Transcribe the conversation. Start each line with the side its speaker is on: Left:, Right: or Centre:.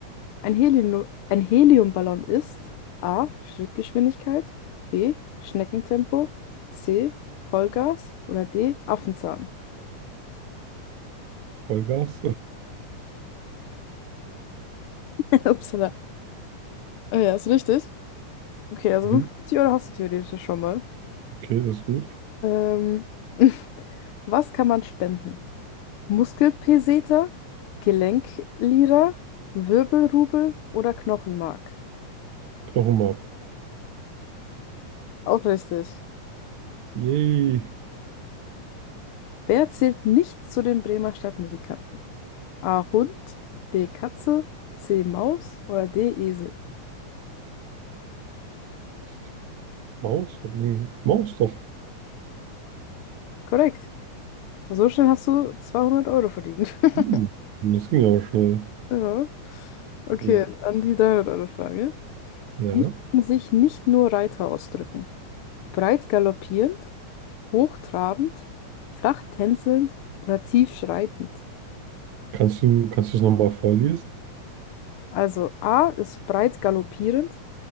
Left: Ein Helium, ein Heliumballon ist A. Schrittgeschwindigkeit, B. Schneckentempo, C. Vollgas oder D. Affenzahn.
Right: Vollgas.
Left: <laughs> Upsala. Ah Ja, ist richtig. Okay, also
Right: Mhm.
Left: 50 Euro hast du theoretisch schon mal.
Right: Okay, das ist gut.
Left: Ähm, <laughs> was kann man spenden? Muskelpeseter, Gelenklira, Wirbelrubel oder Knochenmark?
Right: Knochenmark.
Left: Auch richtig.
Right: Yay.
Left: Wer zählt nicht zu den Bremer Stadtmusikern? A. Hund, B. Katze, C. Maus oder D. Esel.
Right: Ist die Maus? Oder nee, die Maus doch.
Left: Korrekt. Und so schnell hast du 200 Euro verdient. <laughs>
Right: Hm. Das ging aber schnell.
Left: Ja. Okay,
Right: Ja.
Left: dann die 300-Euro-Frage.
Right: Ja.
Left: Wie können sich nicht nur Reiter ausdrücken? Breit galoppierend, hochtrabend, flach tänzelnd oder tief schreitend?
Right: Kannst du, kannst du es nochmal vorlesen?
Left: Also A ist breit galoppierend,